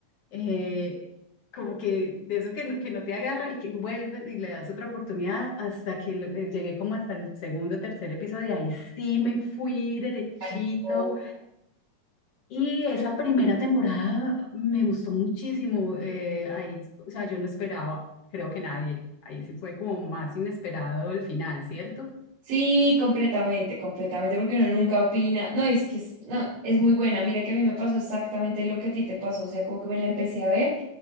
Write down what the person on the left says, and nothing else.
eh, como que de eso que no, que no te agarra y que vuelves y le das otra oportunidad hasta que lo- eh, llegué como hasta el segundo, tercer episodio y ahí sí me fui derechito
Y esa primera temporada me gustó muchísimo. eh, ahí, o sea, yo no esperaba, creo que nadie. Ahí sí fue como más inesperado el final, ¿cierto?